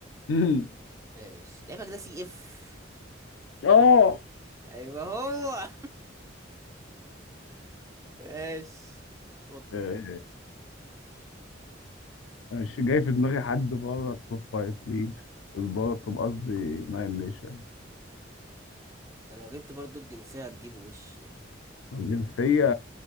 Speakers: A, on the left; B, on the right.
A: أمم. <laughs>
B: ماشي لعيبك ده سي اف
A: اه
B: ايوه هو <laughs> ماشي اتفضل
A: آه، انا مش جاي في دماغي حد بره التوب فايف ليجز بره التوب قصدي ناين ليشن
B: ده لو جبت برضو الجنسية هتجيبه وش يعني
A: الجنسية